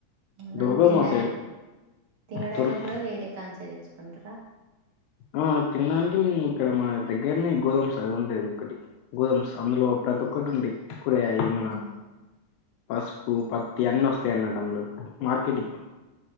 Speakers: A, on the right; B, on the left.
A: న
B: దొరకదు
A: తినడానికి
B: మా సైడ్
A: తినడానికి
B: దొరక
A: కూడా వేరే కాచ్ తేచ్చుకుంటారా
B: ఆ, తినడానికి మేము ఇక్కడ మా దగ్గరనే గోధమ్స్ అది ఉంటది ఇక్కటి గోధమ్స్ అందులో ప్రతి ఒక్కటి ఉంటాయ్ కూరగాయి
A: ఉహు
B: మన పసుపు పత్తి అన్ని వస్తాయి అన్నమాట అదులో మార్కెట్కి